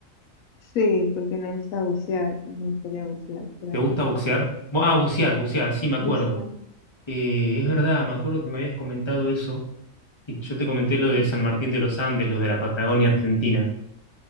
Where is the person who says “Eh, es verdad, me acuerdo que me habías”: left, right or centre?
Left